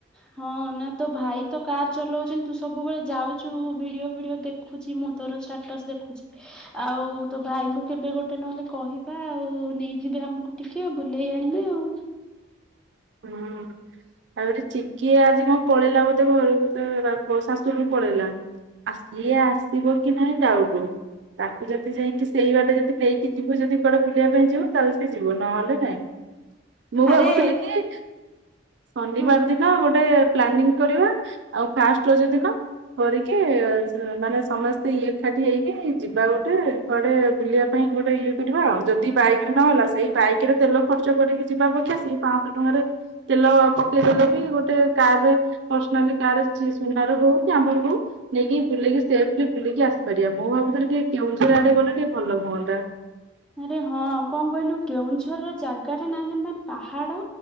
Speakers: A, in the centre; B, on the right (about 65°).
A: ହଁ ନା ତୋ ଭାଇ ତ କାର ଚଲାଉଛନ୍ତି ତୁ ସବୁବେଳେ ଯାଉଚୁ ଭିଡିଓ ଫିଡିଓ ଦେଖ ଦେଖୁଛି ମୁଁ ତୋର ଷ୍ଟାଟସ ଦେଖୁଚି। ଆଉ ତୋ ଭାଇଙ୍କୁ କେବେ ଗୋଟେ ନହେଲେ କହିବା ଆଉ ନେଇଯିବେ ଆମକୁ। ଟିକେ ବୁଲେଇ ଆଣିବେ ଆଉ।
B: ହଁ। ଆଉ ଗୋଟେ ଚିକି ଆଜି କଣ ପଳେଇଲା ବୋଧେ ଘରକୁ ତା ବା ଶାଶୁ ଘରକୁ ପଳେଇଲା। ଆ ସିଏ ଆସିବ କି ନାଇଁ ଦାଉଟୁ। ତାକୁ ଯଦି ଯାଇକି ସେଇ ବାଟେ ଯଦି ନେଇକି ଯିବୁ ଯଦି କୁଆଡେ ବୁଲେଇ ପାଇଁ ଯିବୁ ତାହେଲେ ସେ ଯିବ ନହେଲେ ନାଇଁ। ମୁଁ ଭାବୁଥିଲି
A: ଆରେ
B: କି ଶନିବାର
A: ହୁଁ।
B: ଦିନ ହଁ ଗୋଟେ ପ୍ଲାନିଂ କରିବା ଆଉ ଫାଷ୍ଟ ରଜ ଦିନ କରିକି ମାନେ ସମସ୍ତେ ଇଏ ଏକାଠି ହେଇକି ଯିବା ଗୋଟେ। କୁଆଡେ ବୁଲିବା ପାଇଁ ଗୋଟେ ଇଏ କରିବା ଆଉ ଯଦି ବାଇକି ରେ ନହେଲା ସେଇ ବାଇକି ରେ ତେଲ ଖର୍ଚ୍ଚ କରିକି ଯିବା ଅପକ୍ଷା ସି ପାଏଁସ ଟଙ୍କା ରେ ତେଲ ପକେଇ ଦେଲେ ବି ଗୋଟେ କାର ରେ ପର୍ସନାଲି କାର ସୁନାର ହଉ କି ଆମର ହଉ ନେଇକି ବୁଲେଇକି ସେଫେଲି ବୁଲିକି ଆସିପାରିବା ମୁଁ ଭାବୁଥିଲି ଟିକେ କେଉଁଝରେ ଆଡେ ଗଲେ ଟିକେ ଭଲ ହୁଅନ୍ତା।
A: ଆରେ ହଁ କଣ କହିଲୁ କେଉଁଝରର ଜାଗା ଟା ନା ଯେମିତି ପାହାଡ।